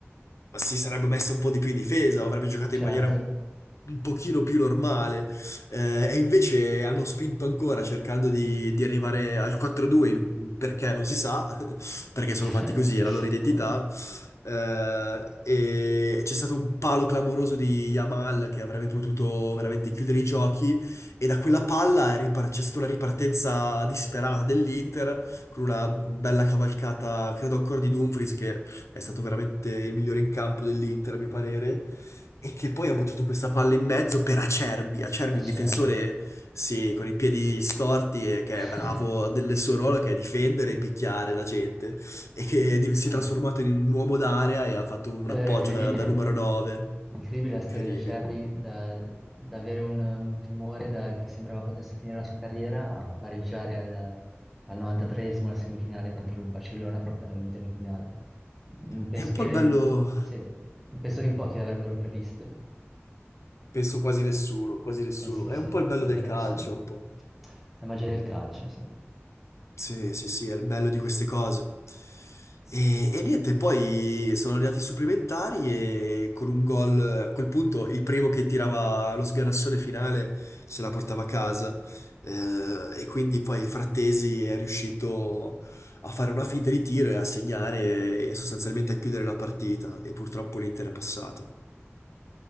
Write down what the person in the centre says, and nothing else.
Certo.
<laughs>
Acerbi.
Sì.
<laughs>
Dai.
È vero,
incredibile.
Incredibile la
storia di Acerbi, da, da avere un, un tumore da- che sembrava potesse finire la sua carriera a pareggiare al, al 93esimo la semifinale contro il Barcellona e portare l'Inter in finale. Mm, Penso
che,
sì, penso che in pochi l'avrebbero previsto.
Penso sì,
davvero
nessuno.
La magia del calcio, sì.